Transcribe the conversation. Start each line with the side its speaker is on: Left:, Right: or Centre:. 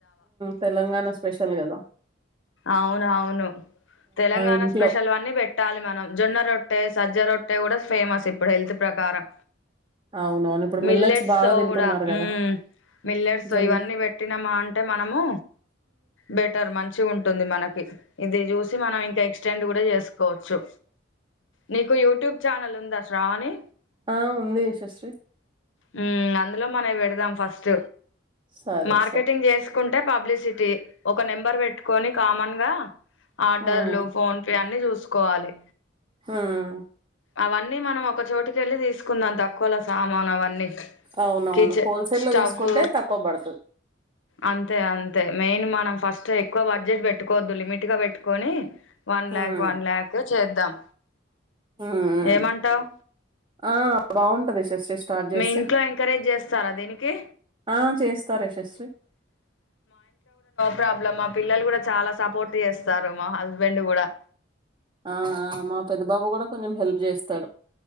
Right: తెలంగాణ స్పెషల్ గదా.
Left: అవునవును తెలంగాణ
Right: ఇంట్లో
Left: స్పెషల్ అనీ పెట్టాలి మనం. జొన్న రొట్ ట్టె, సజ్జరో ట్టే కూడా ఫేమస్ ఇప్పుడు హెల్త్ క్ ప్రకారం
Right: అవునవును ఇప్పుడు
Left: మిల్లెట్స్
Right: బాగా
Left: తో
Right: తింటున్నారు
Left: కూడా హ్మ్
Right: కదా
Left: మిల్లెట్స్
Right: జొన్న
Left: ఇవన్నీ పెట్టినామా అంటే మనము. బెటర్ మంచి ఉంట్ మనకి ఇది జూస్ మనం ఇంకా ఎక్స్టెండ్ గూడా చేసుకోవచ్చు. నీకు యూట్యూబ్ ఛానల్ ఉందా. శ్రావణి
Right: ఆ ఉంది యశస్వి
Left: హ్మ్ అందులో మనవి పెడదాం ఫస్ట్.
Right: సరే
Left: మార్కెటింగ్
Right: సరే
Left: చేసుక్ కుంటే పబ్లిసిటీ ఒక నెంబర్ పెట్టుకొని. కామన్ గా ఆర్డర్లు
Right: ఉమ్
Left: ఫోన్ పే అన్ని చూసుక్ కోవాలి
Right: హహ్
Left: అవన్నీ మనం ఒక చోటుక వెళ్ళి తీసుకుందాం. తక్కువల సామాను అవన్నీ.
Right: అవునవును
Left: కిచెన్
Right: హోల్సే
Left: స్టవ్
Right: లో తీసుకుంటే తక్కువ పడుతది.
Left: అంతే అంతే మెయిన్ మనం ఫస్ట్ ఎక్కువ బడ్జెట్ పెట్టుకోవద్దు. లిమిట్ గా పెట్టుకొని వన్ ల్యాక్
Right: ఉమ్
Left: వన్ ల్యాక్ చేద్దాం.
Right: ఉమ్ ఉమ్
Left: ఏమంటావ్
Right: ఆ బాగుంటది యశస్వి స్టార్ట్ చేస్తే
Left: మీ ఇంట్లో ఎంకరేజ్ క్ చేస్తారా దీనికి
Right: ఆ చేస్తారు యశశ్రీ
Left: ప్రాబ్లమ్ ఆ పిల్లలు కూడా చాలా సపోర్ట్ చేస్ సారు మా హస్బెండ్ కూడా
Right: ఆ ఆ మా పెద్ద బాబు కూడా కొంచెం హెల్ప్ చేస్తాడు